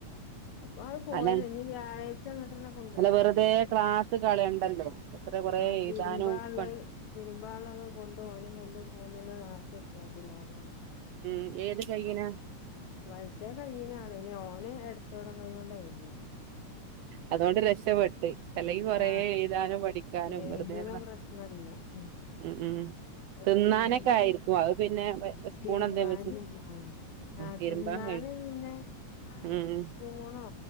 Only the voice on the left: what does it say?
അപ്പൊ ആള് പോയോ
ഇനി വ്യാഴ്ച്ചാ അ <unintelligible> ന്ന കൊണ്ടരാൻ
മെണ്ടിരിക്കും
ആ
തിരുമ്പാള്ളത്
തിരുമ്പാള്ളത് കൊണ്ട് പോവാനും കൊണ്ട് പോകുന്ന <unintelligible> ത കിടുത്ത <unintelligible> സില്ല പറഞ്ഞാണ്ട്
ആ വലത്തേ കൈന്നാണ് ഇനെ ഓനെ എട <unintelligible> ത്തോട വയ കൊണ്ടായിുന്നന്
ആ
എയ്ദനു
പ്രശ്നവില്ല ആഹ്
തി <unintelligible> രുമ്പ
തിരുമ്പാന്
ആഹ ആ
തിന്നാല്
പിന്നെ
സ്പൂണോ